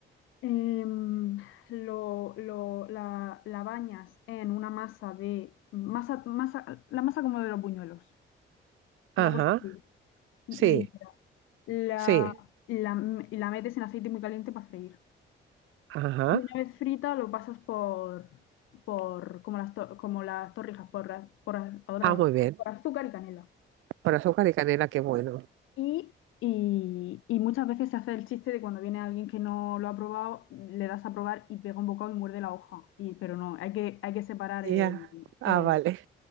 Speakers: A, on the left; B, on the right.
A: em, lo, lo- la, la bañas en una masa de, masa, masa, la masa como de los buñuelos,
B: ajá.
A: una cosa así, mm,
B: Sí,
A: ligera. La,
B: sí.
A: la, la metes en aceite muy caliente para freír.
B: Ajá.
A: Y una vez frita lo pasas por, por como las, to- como las torrijas, por, az- por, az- ahora-
B: Ah, muy bien.
A: por azúcar y canela.
B: Con azúcar y canela, qué bueno.
A: Y, y, y muchas veces se hace el chiste de cuando viene alguien que no lo ha probado, le das a probar y pega un bocado y muerde la hoja. Y, pero no, hay que, hay que separar el,
B: Ya. Ah,
A: el-
B: vale,